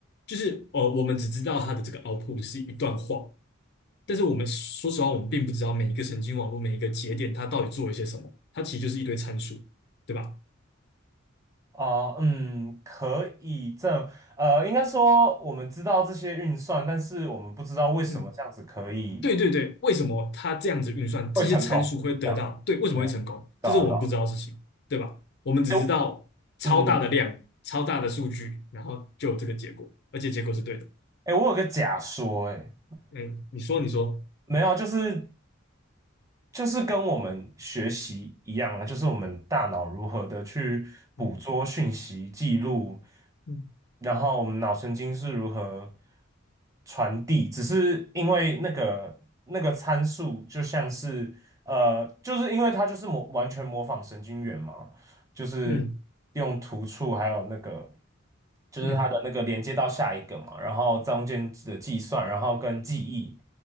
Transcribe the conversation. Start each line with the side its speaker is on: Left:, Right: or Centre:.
Left: 就是呃，我们只知道它的这个 output 是一段话，但是我们说实话，我们并不知道每一个神经网络、每一个节点它到底做了些什么，它其实就是一堆参数，对吧？
Right: 哦，嗯，可以这，呃，应该说我们知道这些运算，但是我们不知道为什么这样子可以
Left: 嗯，对对对，为什么它这样子运算，
Right: 会成功，
Left: 这些参数会得到，
Right: 这样，
Left: 对，为什么会成功？
Right: 对，
Left: 这是我们不知道的事情，
Right: 对啊，对啊，
Left: 对吧？我们只知道超大的量、
Right: 哎，嗯，
Left: 超大的数据，然后就有这个结果，而且结果是对的。
Right: 哎，我有个假说，哎，
Left: 嗯，你说，你说，
Right: 没有啊，就是就是跟我们学习一样啊，就是我们大脑如何的去捕捉讯息、
Left: 嗯
Right: 记录，
Left: 嗯
Right: 然后我们脑神经是如何传递，只是因为那个那个参数就像是呃，就是因为它就是模完全模仿神经元嘛，就是
Left: 嗯
Right: 用突触还有那个，就是它的那个连接到下一个嘛，
Left: 嗯
Right: 然后中间的计算，然后跟记忆，